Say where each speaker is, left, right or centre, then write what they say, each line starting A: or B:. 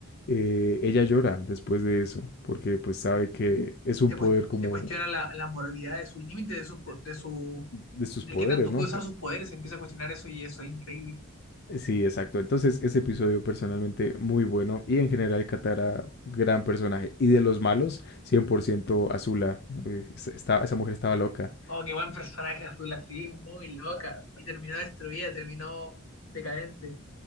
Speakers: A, on the left; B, on the left.
A: eh, ella llora después de eso, porque pues sabe que es un
B: Se,
A: poder
B: cues-
A: como
B: se cuestiona la, la moralidad de sus límites, de su, de su,
A: de sus
B: de
A: poderes,
B: qué tanto
A: ¿no?
B: puede usar sus poderes. Se empieza a cuestionar eso y eso es increíble.
A: Sí, exacto. Entonces, ese episodio personalmente muy bueno y en general Katara, gran personaje. Y de los malos, 100% Azula. Eh, es- esta- esa mujer estaba loca.
B: Oh, qué buen personaje azul, así, muy loca. Y terminó destruida, terminó decadente.